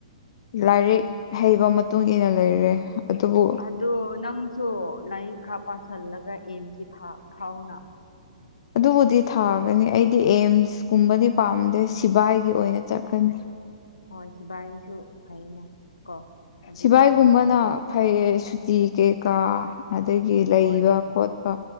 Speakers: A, on the left; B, on the left.
A: ꯂꯥꯏꯔꯤꯛ ꯍꯩꯕ ꯃꯇꯨꯡ ꯏꯟꯅ ꯂꯩꯔꯦ ꯑꯗꯨꯕꯨ
B: ꯑꯗꯣ ꯅꯪ ꯗꯣ ꯂꯥꯏꯔꯤꯛ ꯈꯥ ꯄꯥꯁꯜꯂꯣ ꯌꯦꯟꯀꯤ ꯊ ꯊꯥꯎꯅꯥ
A: ꯑꯗꯨꯕꯨꯗꯤ ꯊꯥꯒꯅꯤ ꯑꯩꯗꯤ ꯑꯦꯝꯁꯀꯨꯝꯕꯗꯤ ꯄꯥꯝꯗꯦ ꯁꯤꯕꯥꯏꯒꯤ ꯑꯣꯏꯅ ꯆꯠꯀꯅꯤ
B: ꯍꯣꯏ ꯁꯤꯕꯥꯏꯁꯨ ꯐꯩꯅ ꯀꯣ ꯑꯗꯨꯒ
A: ꯁꯤꯚꯏꯒꯨꯝꯕꯅ
B: ꯐꯪꯉꯗꯤ
A: ꯐꯩꯌꯦ ꯁꯇꯤ ꯀꯦꯀꯥ ꯑꯗꯒꯤ ꯂꯩꯕ
B: ꯍꯣꯏ ꯍꯣꯏ
A: ꯈꯣꯠꯄ